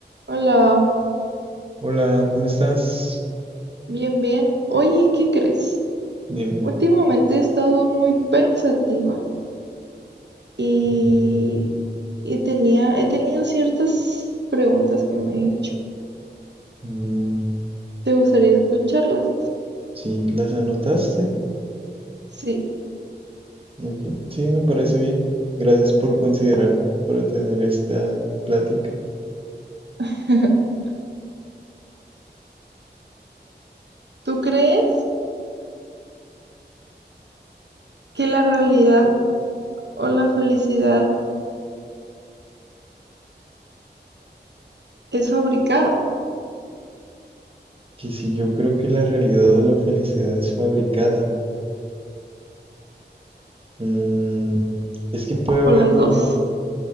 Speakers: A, on the right; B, on the right.
A: Hola,
B: Hola, ¿cómo estás?
A: bien, bien. Oye, ¿qué crees?
B: Dime.
A: Últimamente he estado muy pensativa y,
B: Mm,
A: y tenía, he tenido ciertas preguntas que me he hecho.
B: mm,
A: ¿Te gustaría escucharlas?
B: sí, ¿las anotaste?
A: Sí.
B: Ok, sí, me parece bien. Gracias por considerarme para tener esta plática.
A: <laughs> ¿Tú crees que la realidad o la felicidad es fabricada?
B: Que si yo creo que la realidad o la felicidad es fabricada, Mm, es que puede haber
A: ¿O las
B: como,
A: dos?